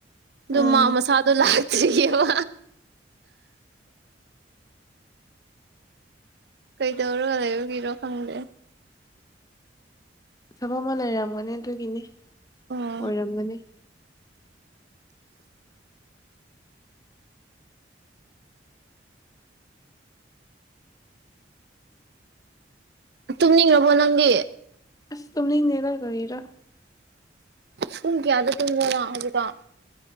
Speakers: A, on the right; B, on the left.
A: ꯑꯗꯨ
B: ꯎꯝ
A: ꯃꯥ ꯃꯁꯥꯗꯤ ꯂꯥꯛꯇ꯭ꯔꯤꯑꯕ ꯀꯩꯗꯧꯔꯒ ꯂꯩꯕꯒꯤꯔꯣ ꯈꯪꯗꯦ
B: ꯊꯕꯛ ꯑꯃ ꯂꯩꯔꯝꯒꯅꯤ ꯑꯗꯨꯒꯤꯅꯤ
A: ꯑꯣ
B: ꯑꯣꯏꯔꯝꯒꯅꯤ
A: ꯇꯨꯝꯅꯤꯡꯉꯕꯣ ꯅꯪꯗꯤ
B: ꯑꯁ ꯇꯨꯝꯅꯤꯡꯗꯦꯗꯥ ꯀꯔꯤꯔꯥ
A: ꯄꯨꯡ ꯀꯥꯌꯥꯗ ꯇꯨꯝꯕꯅꯣ ꯍꯧꯖꯤꯛ ꯀꯥꯟ